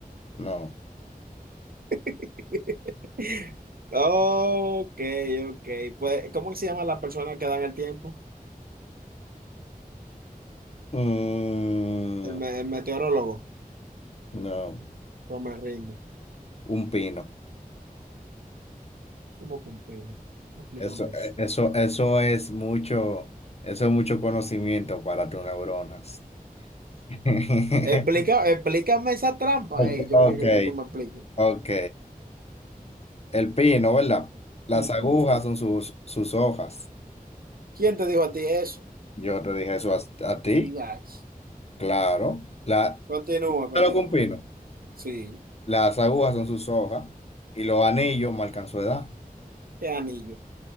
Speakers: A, on the left; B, on the right.
A: No.
B: <laughs> Ok, ok. Pues, ¿cómo se llama la persona que dan el tiempo?
A: Mm,
B: El, me- el meteorólogo.
A: no.
B: Pues me rindo.
A: Un pino.
B: ¿Cómo que Explícame
A: Eso, e-
B: eso.
A: eso, eso es mucho, eso es mucho conocimiento para tus neuronas. <laughs>
B: Explica, explícame esa trampa,
A: Ok,
B: eh. Yo
A: ok,
B: lo que creo que tú me expliques.
A: ok. El pino, ¿verdad? Las
B: Ujú.
A: agujas son sus, sus hojas.
B: ¿Quién te dijo a ti eso?
A: Yo te dije eso a, a ti,
B: Ya.
A: claro. La,
B: Continúa,
A: claro
B: continúa.
A: que un pino.
B: Sí,
A: Las agujas son sus hojas y los anillos marcan su edad.
B: qué anillo.